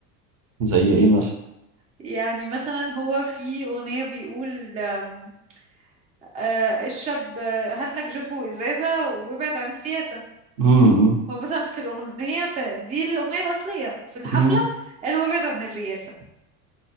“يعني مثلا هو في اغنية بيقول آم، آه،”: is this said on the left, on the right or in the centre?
Right